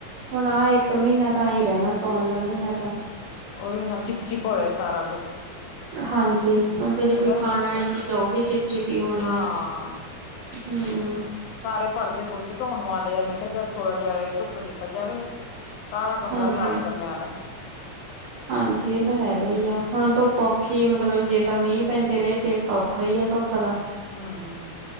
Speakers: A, on the right; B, on the left.
A: ਹੁਣ ਆ ਇੱਕ ਮੀਨਾ ਤਾਂ ਐਂ ਈ ਰੈਂਨੈ ਸੋਣ ਦਾ ਮੀਨਾ ਤਾਂ
B: ਔਈ ਨਾ ਚਿਪ-ਚਿਪ ਹੋਇਆ ਸਾਰਾ ਕੁਛ
A: ਹਾਂਜੀ, ਹੁਣ ਤੇ ਜੇ
B: ਮੈਂ
A: ਕੋਈ
B: ਕਿਹਾ
A: ਖਾਣ ਆਲੀ ਚੀਜ਼ ਐ ਔ ਵੀ ਚਿਪ-ਚਿਪ ਈ ਹੋਣੀ
B: ਹਾਂ
A: ਐ। ਹੂੰ।
B: ਸਾਰੇ ਪਰਦੇ ਪੁਰਦੇ ਧੋਣ ਵਾਲੇ ਆ, ਮੈ ਕਿਆ ਚੱਲ ਥੋੜਾ ਜਿਆ ਐ ਧੁੱਪ ਨਿਕਲ ਜਾਵੇ ਸਾਰਾ ਕਮਰਾ
A: ਹਾਂਜੀ।
B: ਸਾਫ ਕਰਨੇ ਆਲੈ।
A: ਹਾਂਜੀ ਇਹ ਤਾਂ ਹੈਗਾ
B: ਹੂੰ।
A: ਹੀ ਆ ਹੁਣ ਧੁੱਪ ਔਖੀ ਏ ਮਤਲਬ ਜੇ ਤਾਂ ਮੀਂ ਪੈਂਦੇ ਰਏ ਫੇਰ ਤਾਂ ਔਖਾ ਈ ਆ ਧੁੱਪ ਦਾ।
B: ਹੂੰ।